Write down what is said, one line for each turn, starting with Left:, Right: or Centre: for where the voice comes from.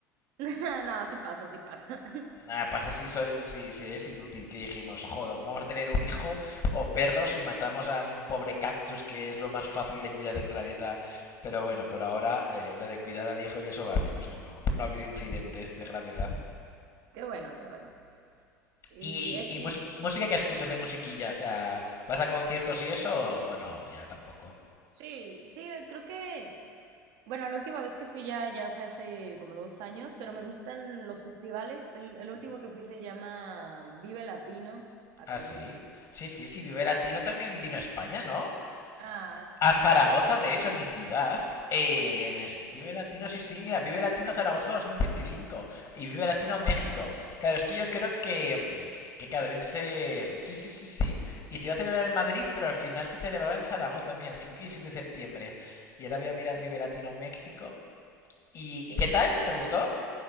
Right: <laughs> No, así pasa, así pasa. <laughs>
Left: Nada, pasa si, soy, si, si es inútil que dijimos, joder, ¿cómo vamos a tener un hijo o perros si matamos a un pobre cactus que es lo más fácil de cuidar del planeta? Pero bueno, por ahora eh, lo de cuidar al hijo y eso va bien, o sea, no, no ha habido incidentes de gravedad.
Right: Qué bueno, qué bueno. Y
Left: ¿Y,
Right: es,
Left: y, y mus- música que escuchas de musiquilla? O sea, ¿vas a conciertos y eso o, o no? Ya tampoco.
Right: Sí, sí, creo que, bueno, la última vez que fui ya, ya fue hace como dos años, pero me gustan los festivales. El, el último que fui se llama Vive Latino, acá
Left: Ah,
Right: en
Left: sí.
Right: México.
Left: Sí, sí, sí, Vive Latino también vino a España, ¿no?
Right: Ah,
Left: A Zaragoza, de hecho, a mi ciudad. eh, en es- Vive Latino, sí, sí, mira, Vive Latino Zaragoza 2025 y Vive Latino
Right: ah,
Left: México. Claro, es que yo creo que, mm, que claro, deben ser. Sí, sí, sí, sí. Y se iba a celebrar en Madrid, pero al final se celebraba en Zaragoza, mira, el 5 y 6 de septiembre. Y ahora voy a mirar Vive Latino México. ¿Y,
Right: sí.
Left: y qué tal? ¿Te gustó?